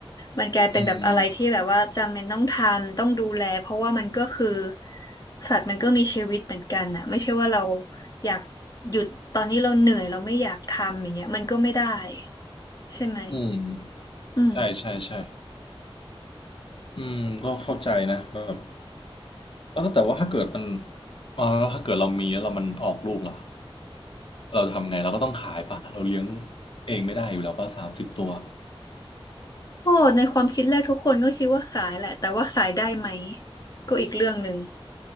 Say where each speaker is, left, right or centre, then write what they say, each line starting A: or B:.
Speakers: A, on the left; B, on the left.
A: มันกลายเป็นแบบอะไรที่แบบว่าจำเป็นต้องทำต้องดูแลเพราะว่ามันก็คือ
B: อืม
A: สัตว์มันก็มีชีวิตเหมือนกันอ่ะไม่ใช่ว่าเราอยากหยุดตอนนี้เราเหนื่อยเราไม่อยากทำอย่างเงี้ยมันก็ไม่ได้ใช่ไหม
B: อืม
A: อืม
B: ใช่ใช่ใช่อืมก็เข้าใจนะแบบแล้วแต่ว่าถ้าเกิดมันอ่าแล้วถ้าเกิดเรามีแล้วเรามันออกลูกล่ะเราทำไงเราก็ต้องขายปะเราเลี้ยงเองไม่ได้อยู่แล้วป่ะสามสิบตัว
A: โอ้ในความคิดแรกทุกคนก็คิดว่าขายแหละแต่ว่าขายได้ไหมก็อีกเรื่องหนึ่ง